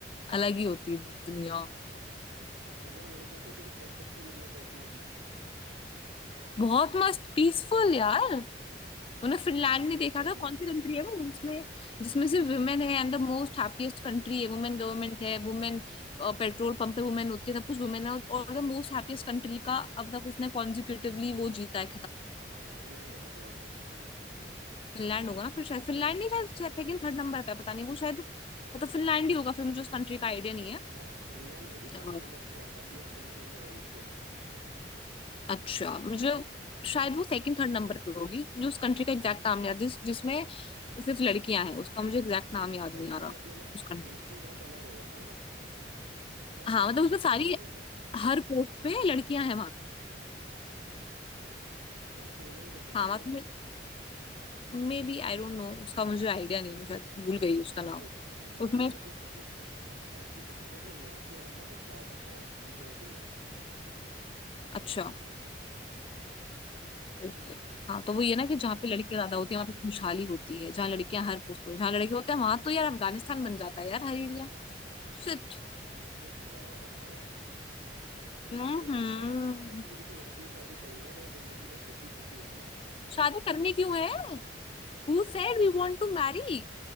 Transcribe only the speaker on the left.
अलग ही होती दुनिया
बहुत मस्त पीसफुल यार उन्हें
फिनलैंड
नहीं देखा
क्या कौन सी कंट्री है वो जिसमें जिसमें सिर्फ वुमेन है and the most happiest country है वुमेन गवर्नमेंट है वुमेन पेट्रोल पंप पे वुमेन होती है सब कुछ वुमेन है और द मोस्ट हैप्पीएस्ट कंट्री का अब तक उसने कॉन्जिक्यूटिवली वो जीता है
फिनलैंड होगा ना फिर शायद फिनलैंड नहीं शायद सेकंड थर्ड नंबर पे है, पता नहीं वो शायद मतलब फिनलैंड ही होगा फिर मुझे उस कंट्री का आइडिया नहीं है
अ,
अच्छा मुझे शायद वो सेकंड थर्ड नंबर पे होगी जो उस कंट्री का एग्जैक्ट नाम नहीं याद जिस जिसमें सिर्फ लड़कियां हैं उसका मुझे एग्जैक्ट नाम याद
नहीं आ रहा
उस कंट्री
हाँ
मतलब उसमें सारी
हर
पोस्ट पे
लड़कियां हैं वहां पे।
हाँ
मतलब
maybe I don't know उसका मुझे आइडिया नहीं है, मैं शायद भूल गई
उसका नाम
उसमें
अच्छा
ओके
हाँ
तो वो ये ना कि जहाँ
पे लड़कियां ज्यादा होती है वहां पे खुशहाली होती है जहाँ लड़कियां हर पोस्ट पर जहाँ लड़के होते हैं वहां तो यार अफगानिस्तान बन जाता है यार हर एरिया शिट
हम्म
शादी करनी क्यों है Who said we want to marry